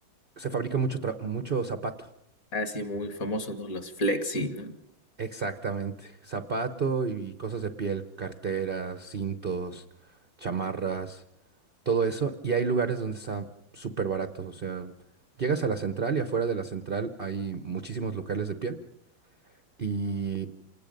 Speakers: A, on the right; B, on the left.
A: se fabrica mucho, tra- mucho zapato.
B: así muy famoso, ¿no? Los flexi, ¿no?
A: Exactamente. Zapato y cosas de piel, carteras, cintos, chamarras. todo eso, y hay lugares donde está súper barato, o sea, llegas a la central y afuera de la central hay muchísimos locales de piel y